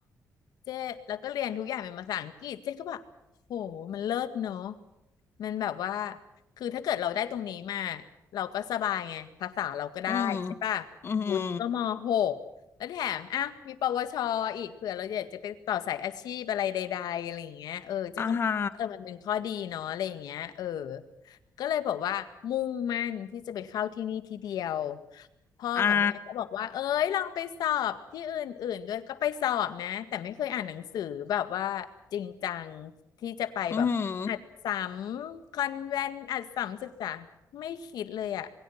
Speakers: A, on the left (about 80°); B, on the left (about 35°).
A: เจ๊แล้วก็เรียนทุกอย่างเป็นภาษาอังกฤษเจ๊ก็แบบโหมันเลิศเนาะมันแบบว่าคือถ้าเกิดเราได้ตรงนี้มาเราก็สบายไงภาษาเราก็ได้ใช่ป่ะ
B: อืมอืม
A: วุฒิก็ม .6 แล้วแถมอ่ะมีปวชอีกเผื่อเราอยากจะไปต่อสายอาชีพอะไรใดๆอะไรอย่างเงี้ยเออเจ๊ก็มองว่าเออมันเป็นข้อดีเนาะอะไรอย่างเงี้ยเออ
B: อ่าฮะ
A: ก็เลยบอกว่ามุ่งมั่นที่จะไปเข้าที่นี่ทีเดียวพ่อกับแม่ก็บอกว่าเอ้ยลองไปสอบที่อื่นๆด้วยก็ไปสอบนะแต่ไม่เคยอ่านหนังสือแบบว่าจริงจังที่จะไปแบบอัดสัม
B: อ่าอืม
A: คอนแวนอัดสัมศึกษาไม่คิดเลยอะ